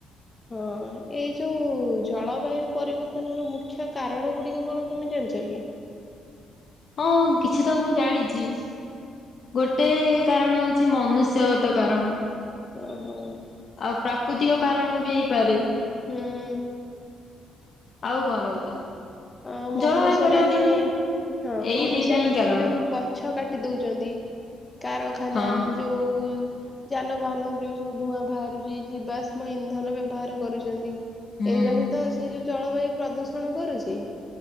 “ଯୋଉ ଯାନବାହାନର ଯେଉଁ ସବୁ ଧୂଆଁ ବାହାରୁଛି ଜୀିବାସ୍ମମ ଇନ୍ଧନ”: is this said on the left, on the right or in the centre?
Left